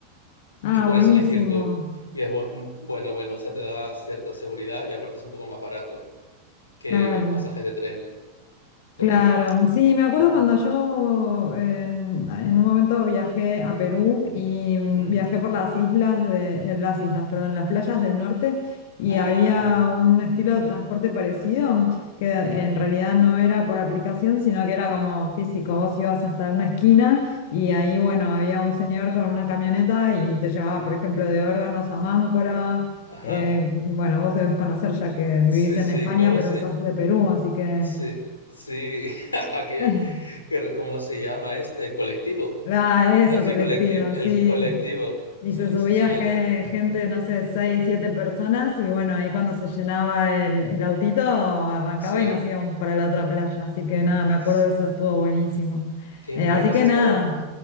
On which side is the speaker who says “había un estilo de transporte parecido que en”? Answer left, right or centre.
Left